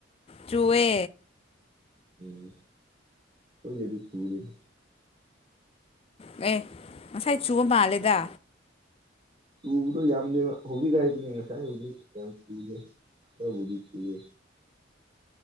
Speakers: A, on the left (about 30°); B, on the right (about 30°).
A: ꯇꯨꯋꯦ
B: ꯎꯝ ꯑꯣꯏ ꯑꯗꯤ ꯆꯨꯖꯅꯤ
A: ꯎ ꯑꯦ ꯉꯁꯥꯏ ꯆꯨꯕ ꯃꯥꯜꯂꯦꯗ
B: ꯆꯨꯕꯗꯣ ꯌꯥꯝꯗꯦ ꯍꯧꯨꯤꯒ ꯍꯥꯏꯕꯅꯤ ꯉꯁꯥꯏ ꯍꯧꯨꯗꯤ ꯌꯥꯝ ꯆꯨꯗꯦ ꯑꯕꯨꯗꯤꯁꯤꯦ